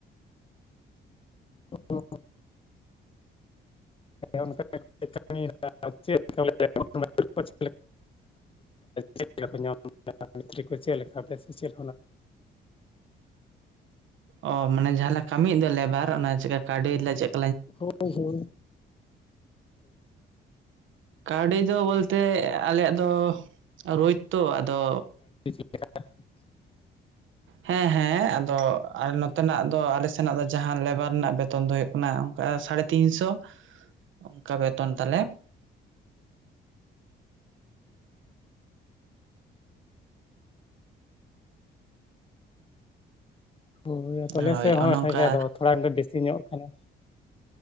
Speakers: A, on the left; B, on the right.
A: ᱚ ᱚᱱᱠᱟ ᱠᱟᱹᱢᱤ ᱪᱮᱫ ᱞᱮᱠᱟᱮᱫ <unintelligible> ᱪᱮᱫ ᱞᱮᱠᱟ ᱠᱚ ᱧᱟᱢ ᱢᱤᱥᱛᱨᱤ ᱠᱚ ᱪᱮᱫ ᱞᱮᱠᱟ ᱥᱮ ᱪᱮᱫ
B: ᱚ ᱢᱟᱱᱮ ᱡᱟᱦᱟᱸᱞᱮ ᱠᱟᱹᱢᱤᱭᱮᱫ ᱫᱚ ᱞᱮᱵᱟᱨ ᱚᱱᱟ ᱪᱮᱠᱟ ᱠᱟᱹᱣᱰᱤ ᱪᱮᱫᱞᱠᱟ
A: ᱦᱚ ᱦᱳ
B: ᱠᱟᱹᱣᱰᱤ ᱫᱚ ᱵᱚᱞᱛᱮ ᱟᱞᱮᱭᱟᱜ ᱫᱚ ᱨᱳᱡᱽᱛᱚ ᱟᱫᱚ
A: <unintelligible>
B: ᱦᱮᱸ ᱦᱮᱸ ᱟᱫᱚ ᱟᱨ ᱱᱚᱛᱮᱱᱟᱜ ᱟᱞᱮ ᱥᱮᱱᱟᱜ ᱫᱚ ᱡᱟᱦᱟᱸ ᱞᱮᱵᱟᱨ ᱨᱮᱱᱟᱜ ᱵᱮᱛᱚᱱ ᱫᱚ ᱦᱩᱭᱩᱜ ᱠᱟᱱᱟ ᱚᱱᱠᱟ ᱥᱟᱲᱮ ᱛᱤᱱ ᱥᱚ ᱚᱱᱠᱟ ᱵᱮᱛᱚᱱ ᱛᱟᱞᱮ᱾
A: ᱦᱳᱭ ᱛᱟᱞᱮ
B: ᱦᱳᱭ
A: ᱥᱮ ᱦᱚᱸ
B: ᱚᱱᱮ ᱚᱱᱠᱟ
A: ᱜᱮᱮ ᱟ ᱛᱷᱚᱲᱟ ᱫᱚ ᱵᱮᱥᱤ ᱧᱚᱜ ᱠᱟᱱᱟ᱾